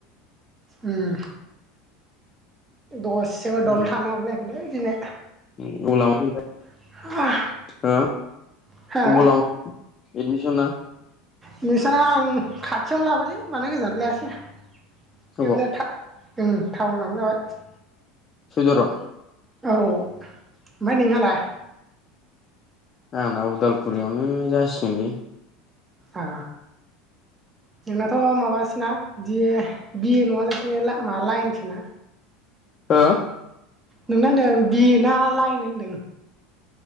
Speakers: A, on the right (about 20°); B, on the left (about 35°).
A: उम दसेबो दलद
B: उम
A: थानो हागुलायाखैलै दिनै
B: <inaudible>
A: <inaudible>
B: हो
A: हा
B: अबाव लामा एडमिसना
A: इडमिसना आं खाथिआवनो लाबायलै बांद्राय गोजानाव लायासै बेदिनो
B: अबाव
A: टा टाउनावनो ओ लाबाय
B: सयदुवाराव
A: औ आमफाय नोंहालाय
B: आंना उदालगुरिआवनो जासिगोनलै
A: आ नोंनाथ' माबासोना दि बिए नङालासिनो माबा लाइनसोना
B: हो
A: नोंना होनदों बि ए ना लायेन होनदों?